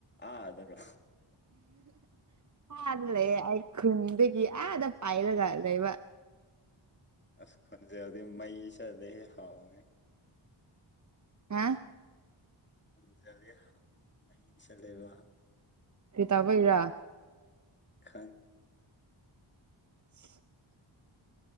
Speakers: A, on the left; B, on the right.
A: ꯑ ꯑꯗꯔꯣ
B: ꯑꯗ ꯂꯩꯌꯦ ꯈꯟꯗꯒꯤ ꯑ ꯑꯗ ꯄꯥꯏꯂꯒ ꯂꯩꯩꯕ
A: ꯑꯁ ꯈꯟꯖꯦꯗꯤ ꯃꯩ ꯆꯗ ꯍꯥꯎꯅꯦ
B: ꯍꯥ
A: ꯑꯗꯨꯗꯤ ꯃꯩꯁ ꯂꯩꯕ
B: ꯁꯤꯤ ꯇꯕꯩꯔ
A: ꯈꯗ
B: <unintelligible>